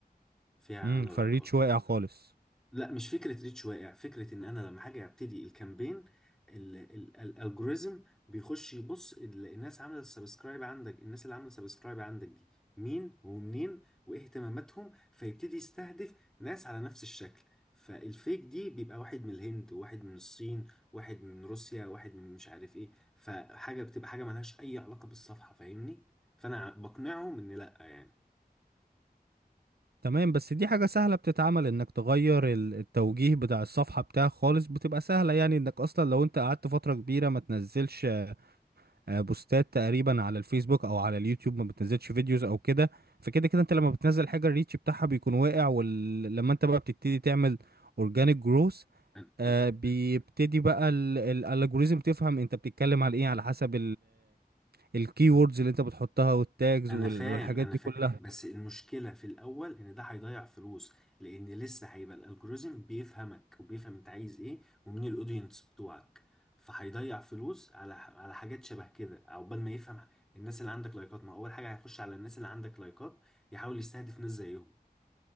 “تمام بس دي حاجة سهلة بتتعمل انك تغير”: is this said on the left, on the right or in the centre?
Right